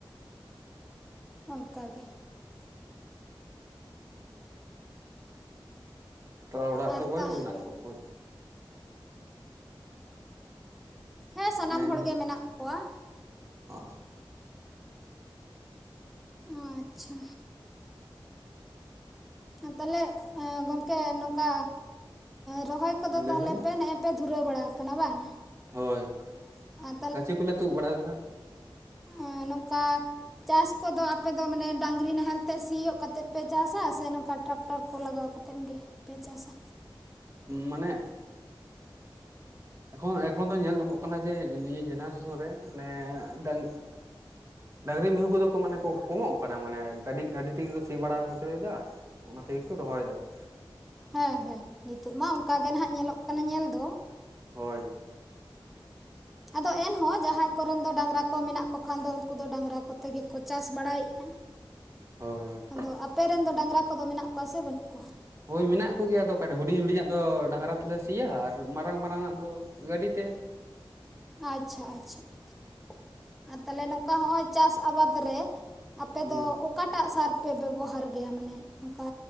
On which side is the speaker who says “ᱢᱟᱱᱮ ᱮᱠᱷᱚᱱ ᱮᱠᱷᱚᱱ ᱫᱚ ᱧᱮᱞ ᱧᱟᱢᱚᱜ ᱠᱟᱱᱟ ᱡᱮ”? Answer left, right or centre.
Right